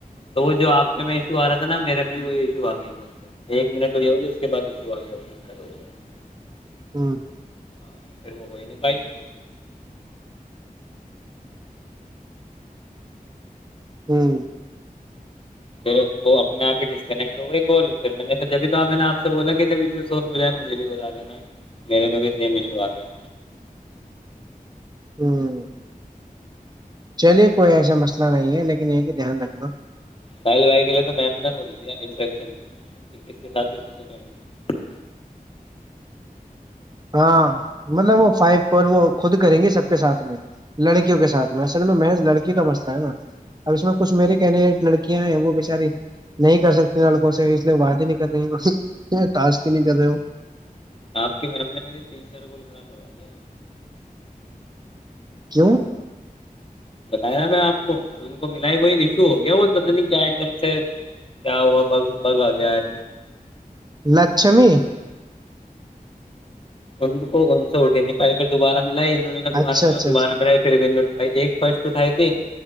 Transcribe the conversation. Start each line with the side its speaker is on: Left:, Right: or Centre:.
Left: تو وہ جو آپ کے میں ایشو آ رہا تھا نا میرے میں بھی وہ ایشو آ گیا ایک دم سے ایک منٹ وہی ہوگی اس کے بعد ایشو آ گیا وہ دقت ہو گئی <unintelligible>
Right: ہوں <unintelligible>
Left: ہاں پھر میں ہوئی نہیں پائی <unintelligible>
Right: ہوں <unintelligible>
Left: پھر وہ اپنے آپ ہی ڈسکنیکٹ ہو گئی کال پھر میں نے پھر جبھی تو میں نے آپ سے بولا کہ جب ایشو سولو ہو جائے مجھے بھی بتا دینا میرے میں بھی سیم ایشو آ گیا
Right: ہوں چلیے کوئی ایسا مسئلہ نہیں ہے لیکن یہ کہ دھیان رکھنا
Left: ساحل بھائی کے لیے تو میم نے ب د دیا انفیکشن کس کے ساتھ کسی کو کرنی ہے
Right: ہاں مطلب وہ فائو کال وہ خود کریں گی سب کے سھ میں لڑکیوں کے ساتھ میں اصل میں محض لڑکی کا مسئلہ ہے نا اب اس میں کچھ میرے کہنے لڑکیاں ہیں وہ بچاری نہیں کر سکتی لڑکوں سے اس لیے بات ہی نہیں کر رہیا ہی نہیں کر رہے ہو
Left: آپ کی میم نے میری تین چار گول خراب کروا دیا
Right: کیوں <unintelligible>
Left: بتایا میں آپ کو ان کو ملاائی وہئی ایشو ہو گیا وہ پت نہیں کیا ایک دم سے کیا ہوا ب بگ آ گیا ہے
Right: لچھمی
Left: ان کو ان سے اٹے نہیں پائی پھر دوبارہ میں ملا ہی انوں نے کہ دوبارہ
Right: اچھا
Left: میںلا
Right: اچھا
Left: دوبارہ
Right: اچھا
Left: میں ملاائی پھر ایک <unintelligible> فرسٹ اٹھائی تھی